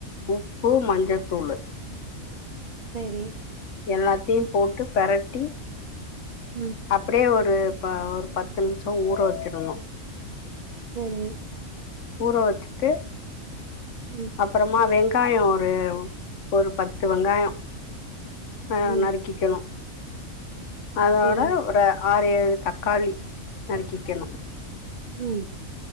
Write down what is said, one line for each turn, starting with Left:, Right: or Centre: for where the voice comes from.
Left: உப்பு மஞ்சதூளு
Right: செரி
Left: எல்லாத்தையு போட்டு பெரட்டி
Right: ம்
Left: அப்டியே ஒரு ஒரு பத்து நிம்ஷோ ஊற வச்சிர்ணு
Right: செரி
Left: ஊறவச்சிட்டு
Right: ம்
Left: அப்புறமா வெங்காயோ ஒரு ஒரு பத்து வெங்காயோ அ
Right: ம்,
Left: நறு க்கிணு அதோட
Right: சரி,
Left: ஒரு ஆறு ஏழு தக்காளி நறுக்கிக்கணு
Right: ம்